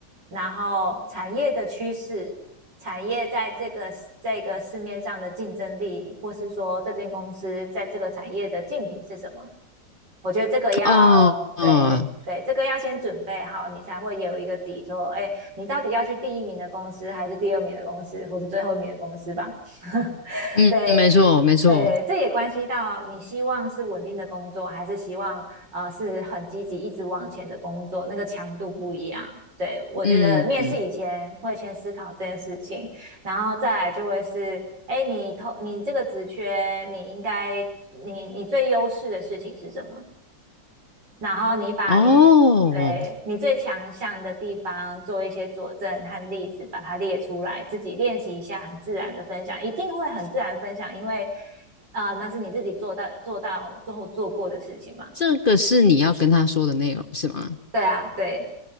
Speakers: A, on the right; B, on the left.
A: 然后产业的趋势，产业在这个这个市面上的竞争力，或是说这间公司在这个产业的竞品是什么。我觉得这个要对对，
B: 哦哦，
A: 这个要先准备好，你才会有一个底座。哎，你到底要去第一名的公司，还是第二名的公司，或者最后一名的公司吧？<laughs>
B: 嗯，
A: 对
B: 没错没错，
A: 对，这也关系到你希望是稳定的工作，还是希望呃是很积极一直往前的工作，那个强度不一样。对，我觉得面试以前会先思考这件事情，
B: 嗯嗯，
A: 然后再来就会是，哎，你投你这个职缺，你应该你你最优势的事情是什么？然后你把你对你最强项的地方做一些佐证和例子，
B: 哦，
A: 把它列出来，自己练习一下，很自然的分享，一定会很自然分享，因为啊、呃那是你自己做到做到最后做过的事情嘛。
B: 这个是你要跟他说的内容是吗？
A: 对啊，对。